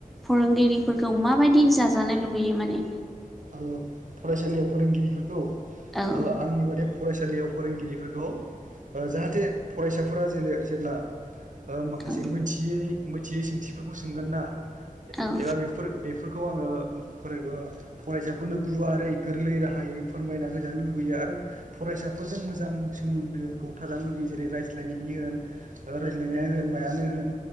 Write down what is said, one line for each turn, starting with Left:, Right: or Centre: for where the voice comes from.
Centre: फोरोंगिरिफोरखौ माबायदि जाजानो लुबैयो माने?
Right: औ फरायसालियाव फोरोंगिरिफोरखौ
Centre: औ
Right: आंनि बादै फरायसालियाव फोरोंगिरिफोरखौ ओ जाहाथे फरायसाफोरा जेरै जेब्ला ओ माखासे
Centre: औ
Right: मिथियै मिथियै सोंथिफोरखौ सोंगोन ना
Centre: औ
Right: एबा बे बेफोरखौ आङो फोरैबो फरायसाफोरनो गुवारै गोरलै राहायै फोरमायना होजानो लुुबैयो आरो फरायसाफोरजों मोजां। सोमोन्दोखौ थाजानो लुबैयो जेरै रायज्लायनायनि होन रायज्लायनाया मायानो होन